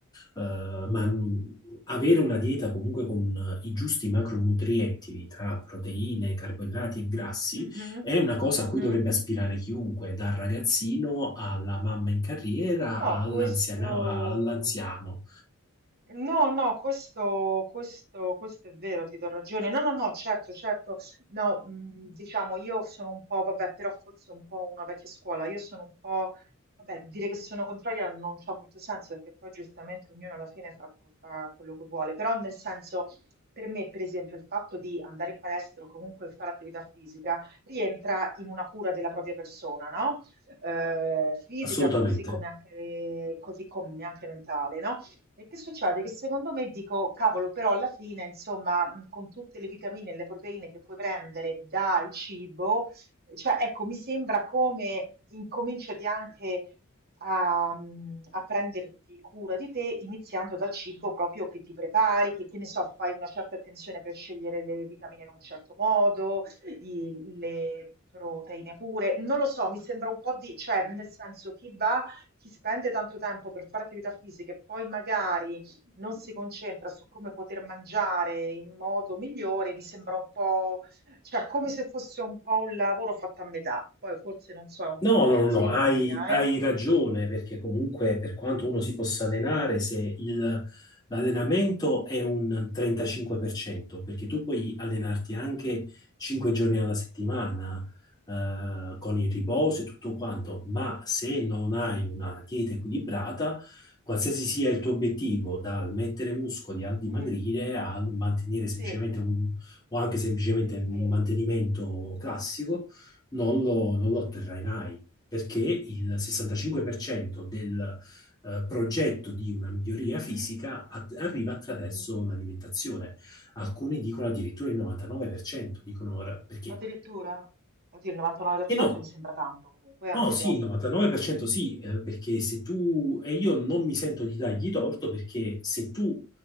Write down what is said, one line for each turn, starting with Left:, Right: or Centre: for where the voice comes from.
Left: eh, ma mh, avere una dieta comunque con eh, i giusti macronutrienti tra proteine, carboidrati e grassi
Right: Mhm,
Left: è una cosa
Right: mhm.
Left: a cui dovrebbe aspirare chiunque, dal ragazzino alla mamma in carriera
Right: No,
Left: all'anziana-
Right: questo...
Left: all'anziano,
Right: No, no, questo, questo, questo è vero, ti do ragione. No, no, no, certo, certo. No, mh, diciamo, io sono un po', vabbè, però forse un po' una vecchia scuola. Io sono un po', vabbè, dire che sono contraria non c'ha molto senso perché poi giustamente ognuno alla fine fa, fa quello che vuole. Però nel senso, per me, per esempio, il fatto di andare in palestra o comunque fare attività fisica rientra in una cura della propria persona, no? eh, fisica
Left: assolutamente.
Right: così come anche, così come anche mentale, no? E che succede? Che secondo me dico, cavolo, però alla fine, insomma, mh, con tutte le vitamine e le proteine che puoi prendere dal cibo, cioè, ecco, mi sembra come incominciati anche a, mh, a prenderti cura di te, iniziando dal cibo proprio che ti prepari, che, che ne so, fai una certa attenzione per scegliere le vitamine in un certo modo, di- le proteine pure, non lo so, mi sembra un po' di, cioè, nel senso, chi va, chi spende tanto tempo per fare attività fisica e poi magari non si concentra su come poter mangiare in modo migliore, mi sembra un po', cioè, come se fosse un po' un lavoro fatto a metà. Poi forse, non so, è un
Left: No,
Right: po' una
Left: no,
Right: fisima
Left: no, no, hai,
Right: mia,
Left: hai
Right: eh?
Left: ragione, perché comunque per quanto uno si possa allenare, se il- l'allenamento è un 35%, perché tu puoi allenarti anche 5 giorni alla settimana, eh, con il riposo e tutto quanto, ma se non hai una dieta equilibrata, qualsiasi sia il tuo obiettivo, dal mettere muscoli al dimagrire,
Right: Mm,
Left: al mantenere
Right: sì,
Left: semplicemente un, o anche semplicemente un
Right: sì,
Left: mantenimento classico, non lo, non lo otterrai mai, perché il 65% del eh, progetto di una miglioria fisica
Right: mm,
Left: at- arriva attraverso
Right: mm, mm.
Left: l'alimentazione. Alcuni dicono addirittura il 99%, dicono ora perché.
Right: Addirittura. Oddio, il 99%
Left: E no,
Right: mi sembra tanto comunque,
Left: no,
Right: anche
Left: sì,
Right: troppo
Left: il 99%
Right: forse.
Left: sì, eh, perché se tu, e io non mi sento di dargli torto, perché se tu